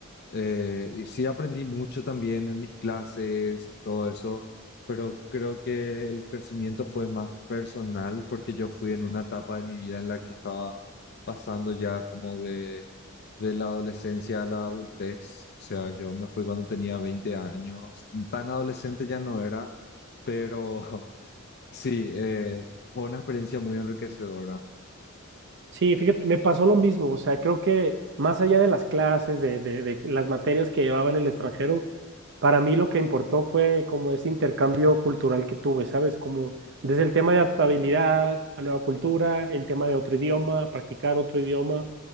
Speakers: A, on the left (about 50°); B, on the right (about 60°).
A: Eh, y sí aprendí mucho también en mis clases y todo eso, pero creo que el crecimiento fue más personal porque yo fui en una etapa de mi vida en la que estaba pasando ya como de, de la adolescencia a la adultez. O sea, yo me fui cuando tenía 20 años. Tan adolescente ya no era, pero <laughs> sí, eh, fue una experiencia muy enriquecedora.
B: Sí, fíjate, me pasó lo mismo, o sea, creo que más allá de las clases, de, de- de las materias que llevaba en el extranjero, para mí lo que importó fue como ese intercambio cultural que tuve, ¿sabes? Como desde el tema de adaptabilidad a nueva cultura, el tema de otro idioma, practicar otro idioma,